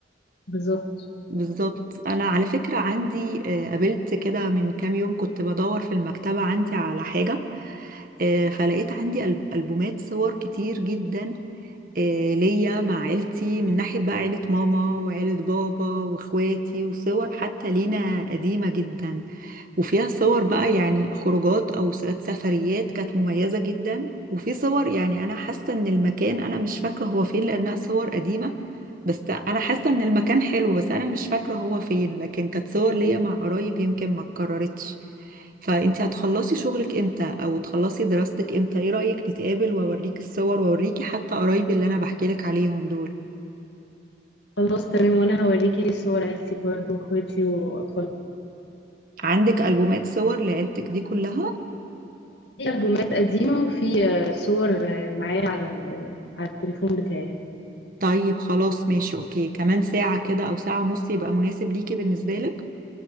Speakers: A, on the left; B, on the right.
A: بالظبط
B: بالظبط انا على فكرة عندي آه، قابلت كده من كام يوم كنت بدور في المكتبة عندي على حاجة آه، فلقيت عندي ألب- ألبومات صور كتير جدا آه، ليا مع عيلتي من ناحية بقى عيلة ماما وعيلة بابا واخواتي وصور حتى لينا قديمة جدا وفيها صور بقى يعني خروجات أو ساعات سفريات كانت مميزة جدا وفي صور يعني أنا حاسة إن المكان أنا مش فاكرة هو فين لأنها صور قديمة بس أنا حاسة إن المكان حلو بس أنا مش فاكرة هو فين لكن كانت صور ليا مع قرايب يمكن ما اتكررتش فانت هتخلصي شغلك امتى او تخلصي دراستك امتى ايه رأيك نتقابل واوريك الصور واوريكي حتى قرايبي اللي انا بحكي لك عليهم دول
A: خلاص تمام وانا هوريكي صور عيلتي برضو واخواتي واطفالي
B: عندك ألبومات صور لعيلتك دي كلها
A: في البومات قديمه وفي آه، صور آه، معايا على ال- على التليفون بتاعي
B: طيب خلاص ماشي اوكي كمان ساعة كده او ساعة ونص يبقى مناسب ليكي بالنسبة لك